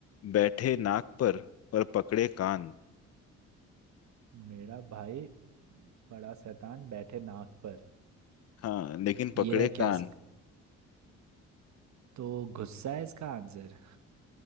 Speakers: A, on the left; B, on the right.
A: बैठे नाक पर पर पकड़े कान
B: मेरा भाई बड़ा शैतान बैठे नाक पर
A: हाँ लेकिन
B: ये
A: पकड़े
B: है क्या
A: कान
B: इस तो गुस्सा है इसका आंसर